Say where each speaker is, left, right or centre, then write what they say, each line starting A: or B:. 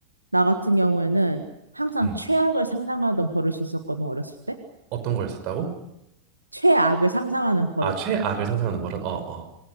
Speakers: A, on the right; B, on the right.
A: 나 같은 경우에는 항상
B: 음
A: 최악을 상상하던 버릇이 있었거든, 어렸을 때.
B: 어떤 걸 했었다고?
A: 최악을 상상하는 버릇.
B: 아 최악을 상상하는 버릇 어어